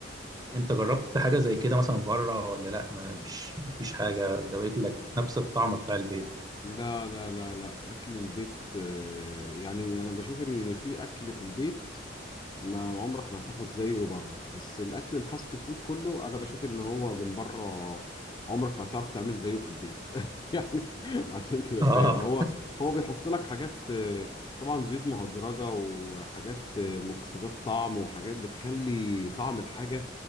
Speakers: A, on the right; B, on the left.
A: انت جربت حاجه زي كده مثلا بره ولا لا ما- مش مفيش حاجه جابت لك نفس الطعم بتاع البيت
B: لا لا لا لا اكل البيت آه، يعني انا بشوف ان في اكل في البيت ما عمرك ما هتاخد زيه بره بس الاكل الفاست فود كله انا بشوف ان هو من بره عمرك ما هتعرف تعمل زيه في البيت <laughs> يعني عشان تبقى
A: اه
B: فاهم هو هو بيحط لك حاجات آه، طبعا زيوت مهدرجه وحاجات آه، مكسبات طعم وحاجات بتخلي طعم الحاجه